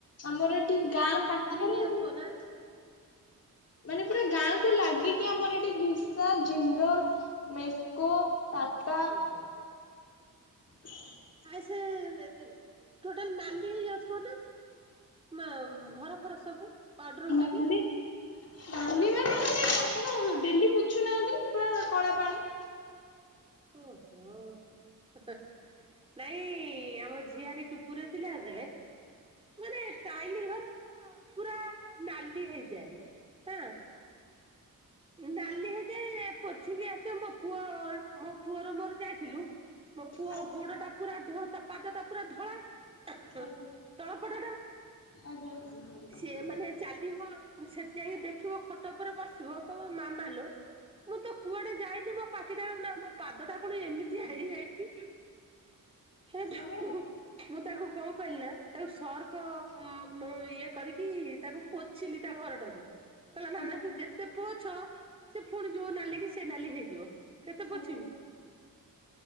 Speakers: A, on the left; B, on the right.
A: ଆମର ଏଠି ଗାଁ ପାଖରେ
B: ହେଇଯାଉଥିବ
A: ମାନେ
B: ନା?
A: ମାନେ ପୁରା ଗାଁ କୁ ଲାଗିକି ଆମର ଏଠି ଭିସା, ଜିନ୍ଦଲ ମେ କ ଟା ଟା।
B: ହଁ,।
A: <unintelligible>
B: ନାଇଁ ସେ ଦେଦେଲ ଟୋଟାଲ ନାଲି ହେଇଯାଉଥିବ ନା। ମା ଘର ଫର ସବୁ। ପାଉଡର ଉଡିକି।
A: ମାନେ। ନାଲି ମାନେ, ମାନେ ଆପଣ ଡେଲି ପୋଛୁନାହାନ୍ତି ପୁରା କଳା ପାଣି।
B: ଓହୋ! ହିଁ, ନାଇଁ ଆମ ଝିଆରୀ ଟୁ ପୁର ଥିଲା ବେଳେ ମାନେ ଟାଇଲି ଘର ପୁରା ନାଲି ହେଇଯାଏ। ହଁ, ନାଲି ହେଇଯାଏ ପୋଛିକି ଆସେ ମୋ ପୁଅ ମୋ ପୁଅର ମୋର ଯାଇଥିଲୁ। ମୋ ପୁଅ
A: ଆଜ୍ଞା
B: ଗୋଡ଼ ଟା ପୁରା ଧ ତା ପାଦ ଟା ପୁରା ଧଳା।
A: ଆଜ୍ଞା
B: ତଳ ପଟ ଟା।
A: ଆଜ୍ଞା!
B: ସିଏ ମାନେ ଚାଲିବ ସେଠି ଯାଇ ଦେଖିବ ଖଟ ଉପରେ ବସିବ କହିବ ମାମା ଲୋ ମୁଁ ତ କୁଆଡେ ଯାଇନି, ମୋ ପାଖିଟା ନା ମୋ ପାଦଟା କଣ ଏମ ଏମିତିଆ ହେଇଯାଇଛି, ସେଇଠୁ
A: ମାନେ
B: ମୁଁ ତାକୁ କଣ କହିଲି ନା ତାକୁ ସର୍ପ ମୁଁ ଇଏ କରିକି ତାକୁ ପୋଛିିଲି ତା ଘରଟାକୁ। କହିଲ ନା
A: ଆଜ୍ଞା
B: ନା ତୁ ଯେତେ ପୁଅଛ ସେ ପୁଣି ଯୋଉ ନାଲି କି ସେ ନାଲି ହେଇଯିବ କେତେ ପୋଛିବି।
A: ଆଜ୍ଞା